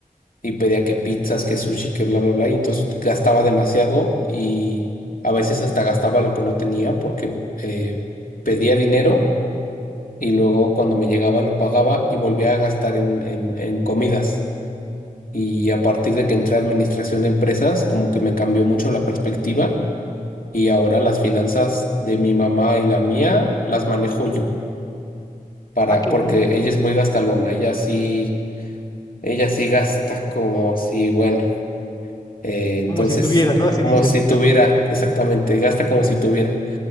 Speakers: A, on the left; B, on the left.
A: y pedía que pizzas, que sushi, que bla, bla, bla. Y entonces gastaba demasiado y a veces hasta gastaba lo que no tenía porque eh, pedía dinero y luego cuando me llegaba lo pagaba y volvía a gastar en, en, en comidas. Y a partir de que entré a administración de empresas, como que me cambió mucho la perspectiva y ahora las finanzas de mi mamá y la mía las manejo yo para,
B: Ah, qué
A: porque
B: bueno,
A: ella es muy gastalona, ella sí, ella sí gasta como si, bueno, eh, entonces,
B: como si tuviera, ¿no? Así
A: como
B: dicen.
A: si tuviera, exactamente, gasta como si tuviera.